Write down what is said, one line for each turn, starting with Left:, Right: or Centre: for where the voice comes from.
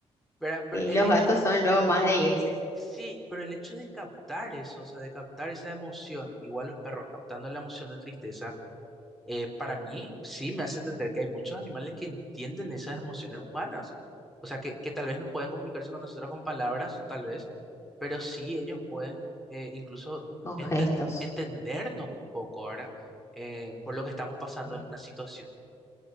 Centre: ¿verdad?
Left: <laughs>
Centre: Pero
Left: Y
Centre: el
Left: los
Centre: hecho,
Left: gatos son luego más de irse
Centre: sí, pero el hecho de captar eso, o sea, de captar esa emoción, igual los perros captando la emoción de tristeza eh, para mí sí me hace entender que hay muchos animales que entienden esas emociones humanas. O sea, que, que tal vez no puedan comunicarse con nosotros con palabras, tal vez, pero sí ellos pueden eh, incluso
Left: con
Centre: enten-
Left: gestos.
Centre: entendernos un poco, ¿verdad? Eh, por lo que estamos pasando
Left: eh,
Centre: en una situación.